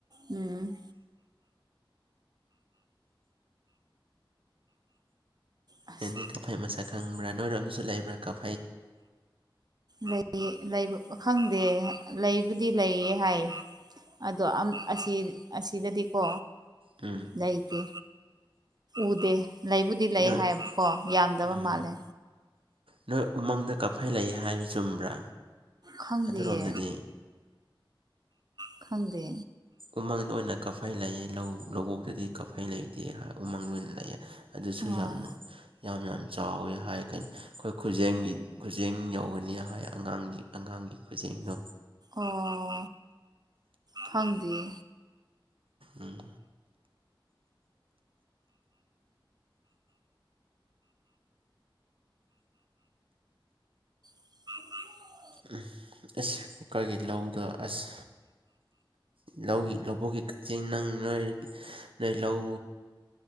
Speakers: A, on the right; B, on the right.
A: ꯎꯝ ꯑꯁ
B: ꯅꯪꯗꯤ ꯀꯥꯐꯩ ꯃꯁꯛ ꯈꯪꯕ꯭ꯔꯥ ꯅꯣꯏ ꯔꯣꯝꯗꯁꯨ ꯂꯩꯕ꯭ꯔꯥ ꯀꯥꯐꯩ
A: ꯂꯩ ꯂꯩꯕꯨ ꯈꯪꯗꯦ ꯂꯩꯕꯨꯗꯤ ꯂꯩꯌꯦ ꯍꯥꯏꯌꯦ ꯑꯗꯣ ꯑꯝ ꯑꯁꯤ ꯑꯁꯤꯗꯗꯤꯀꯣ
B: ꯎꯝ
A: ꯂꯩꯇꯦ ꯎꯗꯦ ꯂꯩꯕꯨꯗꯤ ꯂꯩ
B: ꯅꯣꯏ
A: ꯍꯥꯏꯌꯦꯕꯀꯣ ꯌꯥꯝꯗꯕ
B: ꯎꯝ
A: ꯃꯥꯜꯂꯦ
B: ꯅꯣꯏ ꯎꯃꯪꯗ ꯀꯞꯐꯩ ꯂꯩꯌꯦ ꯍꯥꯏꯌꯦ ꯆꯨꯝꯕ꯭ꯔꯥ
A: ꯈꯪꯗꯤꯌꯦ
B: ꯑꯗꯨꯔꯣꯝꯗꯗꯤ
A: ꯈꯪꯗꯦ
B: ꯎꯃꯪꯗ ꯑꯣꯏꯅ ꯀꯥꯐꯩ ꯂꯩꯌꯦ ꯂꯧ ꯂꯧꯕꯣꯛꯇꯗꯤ ꯀꯥꯐꯩ ꯂꯩꯇꯦ ꯎꯃꯪꯗ ꯑꯣꯏꯅ ꯂꯩꯑꯦ ꯑꯗꯨꯁꯨ
A: ꯑꯣ
B: ꯌꯥꯝꯅ ꯌꯥꯝ ꯌꯥꯝ ꯆꯥꯎꯋꯦ ꯍꯥꯏꯔ ꯀꯩꯅ ꯑꯩꯈꯣꯏ ꯈꯨꯖꯦꯡꯒꯤ ꯈꯨꯖꯦꯡ ꯌꯧꯒꯅꯤ ꯍꯥꯏ ꯑꯉꯥꯡꯒꯤ ꯑꯉꯥꯡꯒꯤ ꯈꯨꯖꯦꯡꯗꯣ
A: ꯑꯣ ꯈꯪꯗꯤꯌꯦ
B: ꯎꯝ
A: <inaudible>
B: ꯎꯝ ꯑꯁ ꯑꯩꯈꯣꯏꯒꯤ ꯂꯧꯗꯣ ꯑꯁ ꯂꯧꯒꯤ ꯂꯧꯕꯨꯛꯒꯤ ꯀꯛꯆꯤꯡ ꯅꯪ ꯅꯣꯏ ꯅꯣꯏ ꯂꯧ